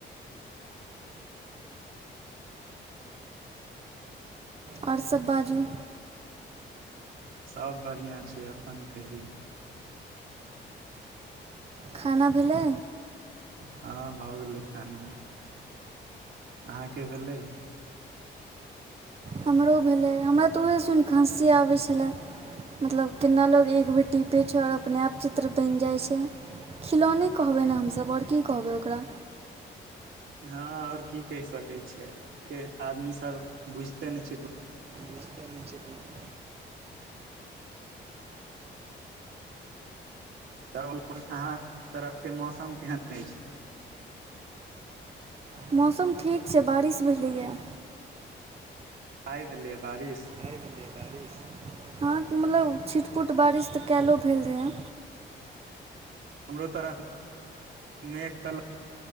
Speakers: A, on the right; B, on the right.
A: आओर सब बाजू
B: सब बढ़िआँ छैय अपन कहियौ
A: खाना भेलै
B: हँ भऽ गेलै खाना अहाँके भेलै
A: हमरो भेलै हमरा तऽ उहे सुनि कऽ हॅंसी आबै छलै मतलब केना लोग एक बेर टीपै छै आओर अपने आप चित्र बनि जाइ छै खिलौने कहबै ने हमसब आओर की कहबै ओकरा
B: हँ आओर की कहि सकै छियै के आदमी सब बुझते नै छैय
A: दस न छैप <unintelligible>
B: तब उमहर अहाँ तरफके मौसम केहन अछि।
A: मौसम ठीक छैय बारिश भेलैया
B: आइ भेलैया बारिश।
A: आई भेलैया बारिस हँ त मतलब छिट पुट बारिश तऽ कायलो भेल रहै
B: हमरो तरफ नेक तल